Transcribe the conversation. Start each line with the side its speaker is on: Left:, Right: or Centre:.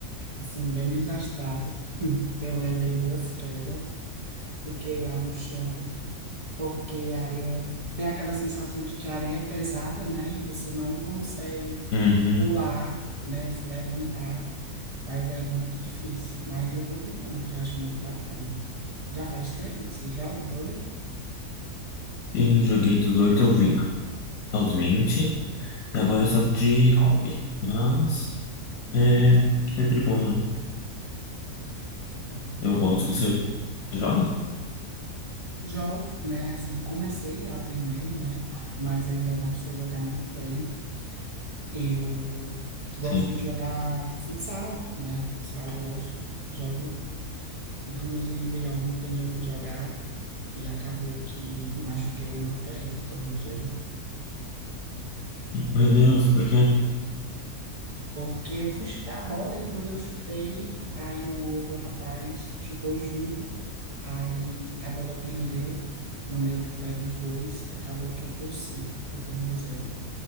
Right: assim, bem desastrado. Eu levei duas quedas. Fiquei lá no chão, porque a areia tem aquela sensação de que a areia é pesada, né? E você não consegue
Left: uhum.
Right: pular, né? Se levantar, mas é muito difícil. Mas eu tô tentando, porque eu acho muito bacana. Já faz tempo que você joga vôlei?
Left: Sim, joguei dos 8 ao 20 aos vinte e agora é só de hobby. Mas é sempre bom, né?
Right: É, muito
Left: Eu gosto,
Right: bom vôlei.
Left: você joga?
Right: Jogo, né? Assim, comecei a aprender, né? Mas ainda não sei jogar muito bem. Eu gosto
Left: Sim.
Right: de jogar futsal, né? Futsal eu gosto, jogo. Inclusive, ontem eu fui jogar e acabou que machuquei o meu pé, o tornozelo,
Left: Meu Deus, por quê?
Right: porque eu fui chutar a bola e quando eu chutei, aí o outro rapaz chutou junto, aí a bola prendeu no meio do pé dos dois e acabou que eu torci o tornozelo.